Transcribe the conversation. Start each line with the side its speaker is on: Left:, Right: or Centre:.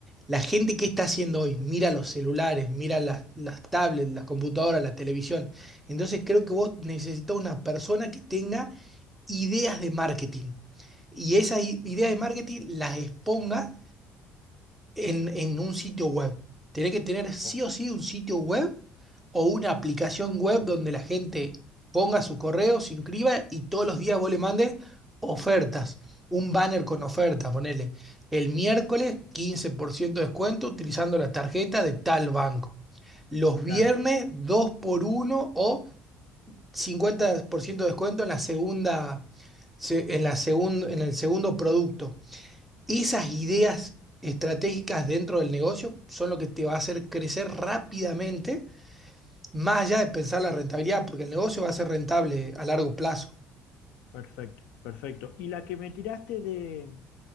Centre: La gente que está haciendo hoy, mira los celulares, mira las, las tablets, las computadoras, la televisión. Entonces creo que vos necesitas una persona que tenga ideas de marketing y esas i- ideas de marketing las exponga en, en un sitio web. Tenés que tener sí
Left: Oh,
Centre: o sí un sitio web o una aplicación web donde la gente ponga su correo, se inscriba y todos los días vos le mandes ofertas. Un banner con oferta, ponele. El miércoles 15% de descuento utilizando la tarjeta de tal banco. Los
Left: claro,
Centre: viernes 2 por uno o 50% de descuento en la segunda, se- en la segun- en el segundo producto. Esas ideas estratégicas dentro del negocio son lo que te va a hacer crecer rápidamente, más allá de pensar la rentabilidad, porque el negocio va a ser rentable a largo plazo.
Left: perfecto, perfecto. Y la que me tiraste de,